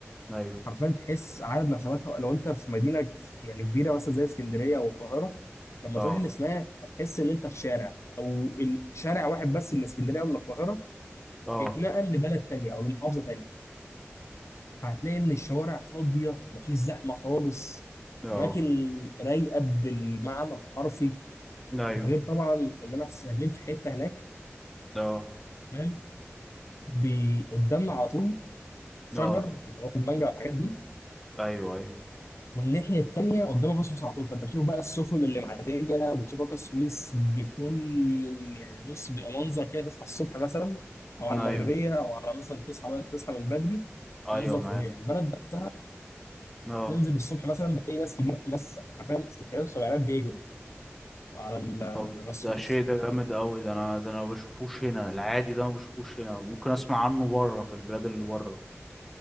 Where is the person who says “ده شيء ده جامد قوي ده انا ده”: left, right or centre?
Centre